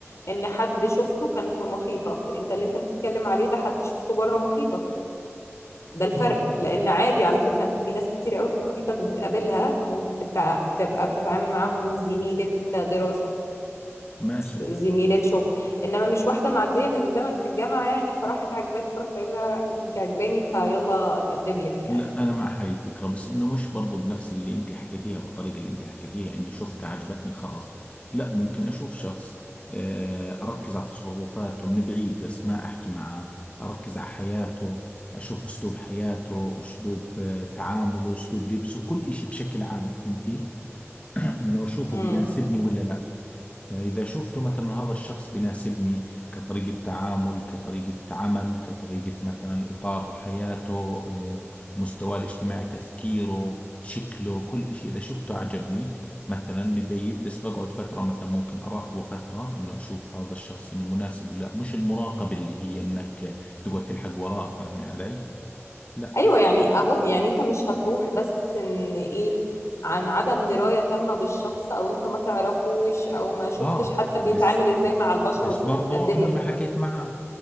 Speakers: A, on the left; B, on the left.
A: ان حد شفته كان في محيطك انت اللي انت بتتكلم عليه ده حد شفته بره محيطك ده الفرق
B: آه،
A: لان عادي على فكرة انت في ناس كتير قوي في محيطك بتقابلها ممكن تبتع- تبقى بتتعامل معاهم من زميلة دراسة
B: ماشي
A: زميلات شغل انما مش واحده معديه من قدامك في الجامعه يعني فراحت عاجباك فرحت قايله انت عاجباني فيلا اتقدم لك يعني
B: لا انا مع هاي الفكره بس انه مش برضو بنفس اللي انت حكيتيها والطريقه اللي انت حكيتيها اني شفتها عجبتني خلاص لا ممكن اشوف شخص آه، اركز على تصرفاته من بعيد بس ما احكي معه اركز على حياته اشوف اسلوب حياته اسلوب آه، تعامله اسلوب لبسه كل اشي بشكل عام فهمتي <clears throat> انه اشوفه
A: امم
B: بيناسبني ولا لا فإذا شفت مثلا هذا الشخص بيناسبني كطريقة تعامل كطريقة عمل كطريقة مثلا إطار حياته آه، مستواه الاجتماعي تفكيره شكله كل إشي إذا شفته عجبني مثلا من بعيد بس بقعد فترة مثلا ممكن أراقبه فترة إنه أشوف هذا الشخص إنه مناسب ولا لا مش المراقبة اللي هي إنك تقعد تلحق وراه فاهمي علي؟ لا
A: ايوه يعني اهو يعني انت مش هتروح بس ان ايه عن عدم درايه تامه بالشخص او انت ما تعرفوش او ما شفتش
B: آه
A: حتى
B: بس
A: بيتعامل ازاي مع البشر
B: بس
A: وتروح
B: برضه
A: تتقدم
B: عمري
A: له
B: ما حكيت معه